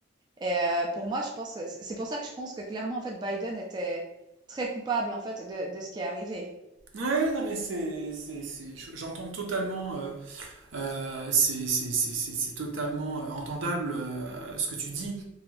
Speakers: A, on the right; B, on the right.
A: et heu, pour moi, je pense, heu, c'est c'est pour ça que je pense que clairement, en fait, Biden était très coupable, en fait, de de ce qui est arrivé.
B: Ouais, non, mais c'est, c'est, c'est- je- j'entends totalement, euh, euh, c'est, c'est, c'est, c'est- c'est totalement euh, entendable euh, ce que tu dis.